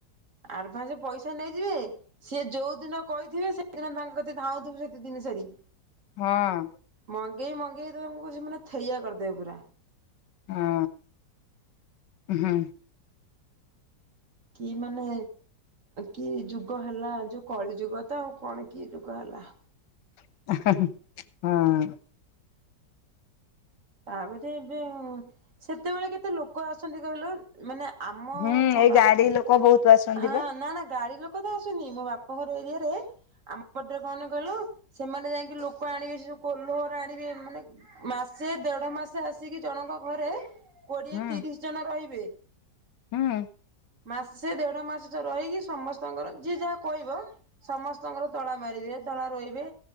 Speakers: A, on the right; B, on the left.
A: ଆଡଭାନ୍ସ ପଇସା ନେଇଯିବେ ସିଏ ଯୋଉ ଦିନ କହିଥିବେ ସେଦିନ ତାଙ୍କ କତିକି ଧାଉଥିବେ ସେତେ ଦିନ ସାରି
B: ହଁ
A: ମଙ୍ଗେଇ ମଙ୍ଗେଇ ମାନେ ଥେଇଆ କରିଦେବେ ପୁରା
B: ହଁ ହୁଁ
A: କି ମାନେ କି ଯୁଗ ହେଲା ଯୋଉ କଳି ଯୁଗ ତ ଆଉ କଣ କି ଯୁଗ ହେଲା
B: ହେ ହେ ହଁ।
A: ଆମେତ ଏବେ ସେତେବେଳେ କେତେ ଲୋକ ଆସନ୍ତି କହିଲ? ମାନେ ଆମ
B: ହୁଁ
A: ମୋ
B: ଏଇ
A: ବାପ୍
B: ଗାଡି ଲୋକ ବହୁତ ଆସନ୍ତି
A: ହଁ,
B: ବା
A: ନା ନା ଗାଡି ଲୋ କଥା ଆସୁନି ମୋ ବାପା ଘର ଏରିଆରେ ଆମଟରେ କଣ କହିଲୁ ସେମାନେ ଯାଇକି ଲୋକ ଆଣିବେ ସେ ଯୋଉ କୋଲହରା ଆଣିବେ ମାନେ ମାସ୍ ସେ ଦେଢ ମାସ ଆସିକି ଜଣଙ୍କ ଘରେ କୋଡିଏ
B: ହୁଁ
A: ତିରିଶ ଜଣ ରହିବେ।
B: ହୁଁ
A: ମାସେ ଦେଢ ମାସେ ତ ରହିକି ସମ ସ୍ତଙ୍କର ଯି ଯାହା କହିବ ସମସ୍ତଙ୍କର ତଳା ମାରିବେ ତଳା ରୋହିବେ